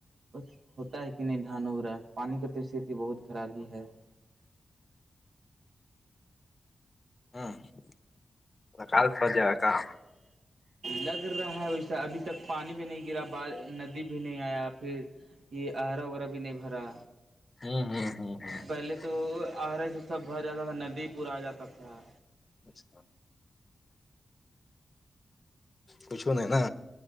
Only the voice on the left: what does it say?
ہ کال سجا ہے کاا
ہوں ہ ہ ہ ہ <unintelligible>
اچھا کچھو نہیں نا